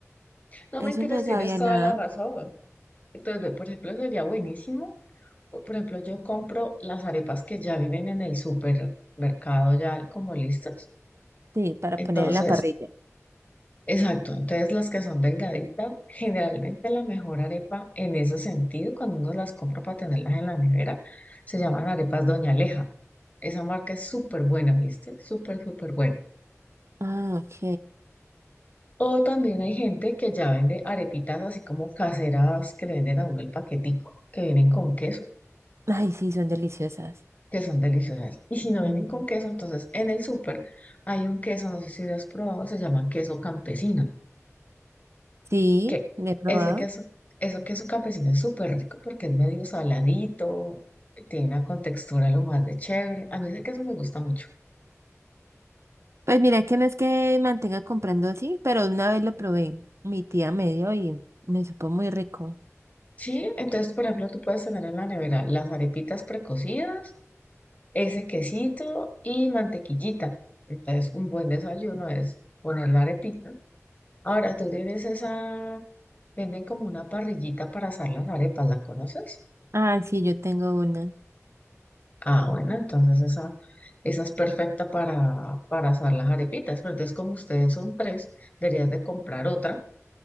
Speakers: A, on the left (about 25°); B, on the right (about 55°).
A: No
B: eso
A: mentiras,
B: no sabía
A: tienes toda
B: nada.
A: la razón. Entonces, ve, por ejemplo, sería buenísimo. o, Por ejemplo, yo compro las arepas que ya vienen en el supermercado ya como listas.
B: Sí, para
A: Entonces,
B: poner en la parrilla.
A: exacto. Entonces, las que son delgaditas, generalmente la mejor arepa en ese sentido, cuando uno las compra para tenerlas en la nevera, se llaman arepas Doña Aleja. Esa marca es súper buena, ¿viste? Súper, súper buena.
B: Ah, ok.
A: O también hay gente que ya vende arepitas así como caseras que le venden a uno el paquetico, que vienen con queso.
B: Ay, sí, son deliciosas.
A: que son deliciosas. Y si no vienen
B: Mm.
A: con queso, entonces en el súper hay un queso, no sé si lo has probado, se llama queso campesino,
B: Sí,
A: que
B: le he probado.
A: ese queso, eso queso campesino es súper rico porque es medio saladito, tiene una contextura lo más de chévere. A mí ese queso me gusta mucho.
B: Pues mira que no es que mantenga comprando así, pero una vez lo probé. Mi tía me dio y me supo muy rico.
A: Sí, entonces, por ejemplo, tú puedes tener en la nevera las arepitas precocidas, ese quesito y mantequillita. Entonces, un buen desayuno es poner la arepita. Ahora, tú tienes esa Venden como una parrillita para asar las arepas, ¿la conoces?
B: Ah, sí, yo tengo una.
A: Ah, bueno, entonces esa, esa es perfecta para, para asar las arepitas, pero entonces como ustedes son tres, deberías de comprar otra